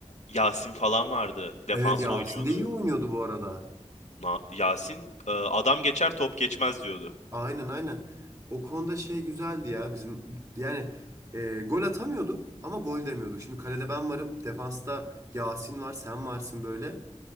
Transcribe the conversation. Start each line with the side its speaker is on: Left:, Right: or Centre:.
Left: Yasin falan vardı. Defans
Right: Evet Yasin
Left: oynuyordu.
Right: de iyi oynuyordu bu arada.
Left: Na- Yasin e, adam geçer top geçmez diyordu.
Right: Aynen aynen. O konuda şey güzeldi ya bizim yani e, gol atamıyorduk ama gol demiyorduk. Şimdi kalede ben varım, defansta Yasin var, sen varsın böyle.